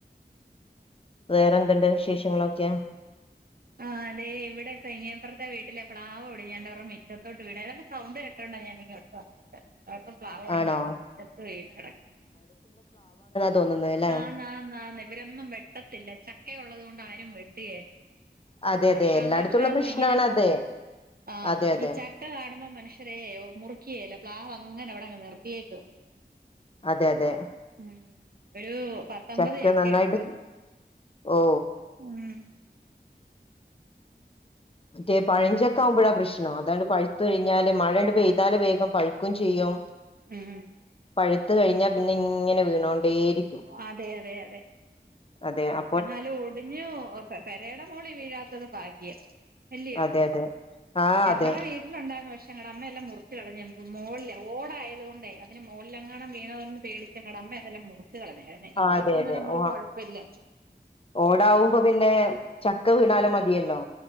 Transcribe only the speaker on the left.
വേറെന്ത്‌ണ്ട് വിശേഷങ്ങളൊക്കെ
ആണോ
തോന്നുന്നേൽ
അതെ
അതെ എല്ലായിടത്തുള്ള
പ്രശ്നാണ്
അത്
അതെ അതെ
അതെ അതെ.
ചക്ക
നന്നായിട്ട് ഓ
മറ്റേ പഴഞ്ചൊക്കെ ആവുമ്പോഴാ പ്രശ്നം അതണ്ട് പഴുത്ത് കയ്ഞ്ഞാല് മഴട് പെയ്താല് വേഗം പഴുക്കും ചെയ്യും.
പഴുത്ത് കഴിഞ്ഞാ പിന്നെ ഇങ്ങനെ വീണോണ്ടേ ഇരിക്കും.
അതെ അ
അതെ അതെ ആഹ്
അതെ
ആ അതെ
അതെ
ഓ
ഓടാവുമ്പോ പിന്നെ ചക്ക വ്ണാലും മതിയല്ലോ.